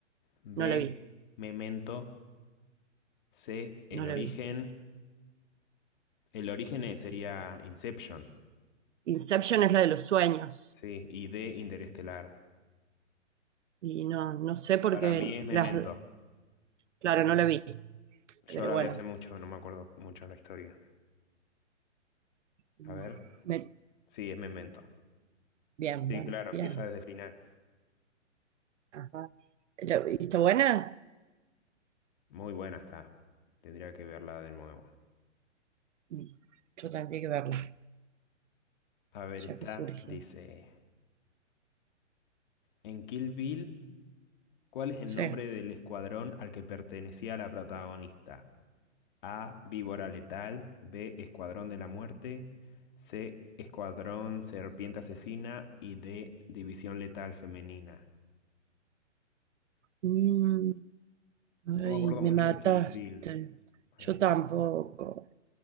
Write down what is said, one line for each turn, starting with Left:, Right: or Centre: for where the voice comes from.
Left: B,
Right: No la vi,
Left: Memento, C, El
Right: no
Left: origen.
Right: la vi.
Left: El origen eh, sería Inception,
Right: Inception es la de los sueños.
Left: sí, y D, Interestelar.
Right: Y no, no sé porque
Left: Para mí es Memento.
Right: las, claro, no la vi,
Left: Yo
Right: pero
Left: la
Right: bueno,
Left: vi hace mucho, no me acuerdo mucho la historia.
Right: mm,
Left: A ver.
Right: me-
Left: Sí, es Memento.
Right: bien,
Left: Sí,
Right: bueno,
Left: claro, empieza
Right: bien.
Left: desde el final.
Right: Ajá. ¿La viste buena?
Left: Muy buena está. Tendría que verla de nuevo.
Right: Mm, Yo tendría que verla,
Left: A ver,
Right: ya
Left: esta
Right: que surgió.
Left: dice, en Kill Bill, ¿cuál es el
Right: Sí.
Left: nombre del escuadrón al que pertenecía la protagonista? A, Víbora Letal, B, Escuadrón de la Muerte, C, Escuadrón Serpiente Asesina y D, División Letal Femenina.
Right: Mm,
Left: No
Right: ay,
Left: me acuerdo mucho
Right: me mataste.
Left: de Kill Bill. Eh,
Right: Yo tampoco,